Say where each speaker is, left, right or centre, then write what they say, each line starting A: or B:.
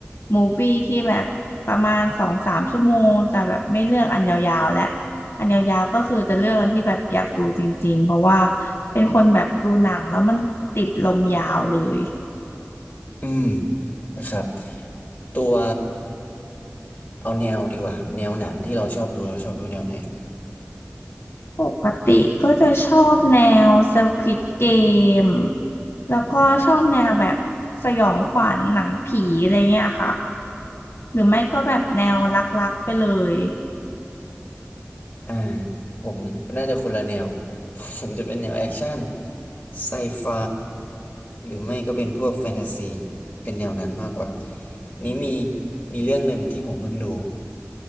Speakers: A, on the left; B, on the left.
A: มูฟวี่ที่แบบประมาณสองสามชั่วโมงจะแบบไม่เลือกอันยาวๆและอันยาวๆก็คือจะเลือกอันที่แบบอยากดูจริงๆเพราะว่าเป็นคนแบบดูหนังแล้วมันติดลมยาวเลย
B: อืมนะครับตัว เอาแนวดีกว่าแนวหนังที่เราชอบดูเราชอบดูแนวไหน
A: ปกติก็จะชอบแนว Squid Game แล้วก็ชอบแนวแบบสยองขวัญหนังผีอะไรเงี้ยค่ะหรือไม่ก็แบบแนวรักๆไปเลย
B: อ่าผมน่าจะคนละแนว <laughs> ผมจะเป็นแนวแอคชั่นไซไฟหรือไม่ก็เป็นพวกแฟนตาซีเป็นแนวนั้นมากกว่านี้มีมีเรื่องหนึ่งที่ผมเพิ่งดู